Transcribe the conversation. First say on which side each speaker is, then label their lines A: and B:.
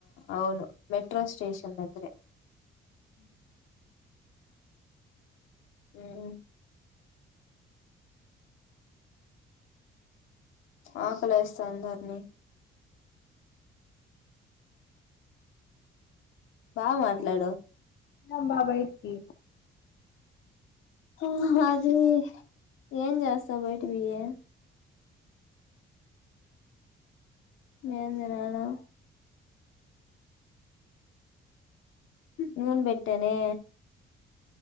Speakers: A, on the left; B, on the left.
A: అవును మెట్రో స్టేషన్ దగ్గరే
B: హ్మ్ హు
A: హ్మ్ ఆకలేస్టాంది హర్ని బా మాట్లాడవ్
B: నేను బాలేను తి
A: హుం హాజర ఏం చేస్తావ్ బైటి పొయ్యి ఏం తినాలా నూన్ పెట్టనే